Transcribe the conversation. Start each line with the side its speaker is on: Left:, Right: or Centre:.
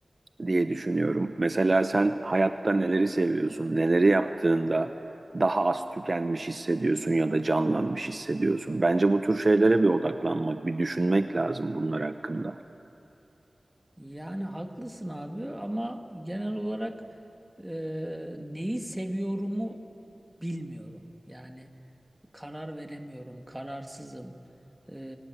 Right: diye düşünüyorum. Mesela sen hayatta neleri seviyorsun, neleri yaptığında daha az tükenmiş hissediyorsun ya da canlanmış hissediyorsun. Bence bu tür şeylere bir odaklanmak, bir düşünmek lazım bunlar hakkında.
Centre: Yani haklısın abi ama genel olarak e, neyi seviyorumu bilmiyorum. Yani karar veremiyorum, kararsızım. E,